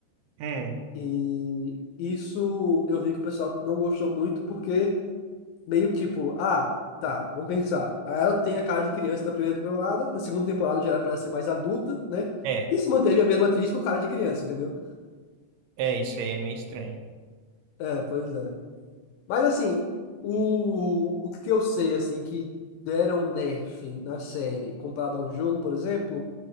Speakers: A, on the right; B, on the left.
A: Hum,
B: E isso eu vi que o pessoal não gostou muito porque meio que tipo, ah, tá, vamos pensar. Aí Ela tem a cara de criança na primeira temporada, na segunda temporada já era para ser mais adulta, né?
A: é,
B: E se manteve a mesma atriz com cara de criança, entendeu?
A: é isso aí, é meio estranho.
B: É, pois é. Mas assim, o, o que eu sei assim que deram um nerf na série comparado ao jogo, por exemplo,